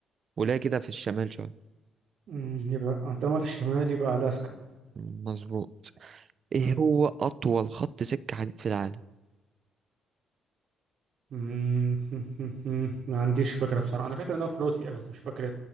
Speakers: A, on the right (about 50°); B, on the right (about 65°).
A: ولاية كده في الشمال شوية
B: مم، يبقى طالما في الشمال يبقى ألاسكا
A: مظبوط إيه
B: مم.
A: هو أطول خط سكة حديد في العالم
B: مم. <laughs> ما عنديش فكرة بصراحة أنا فاكر إنه في روسيا بس مش فاكر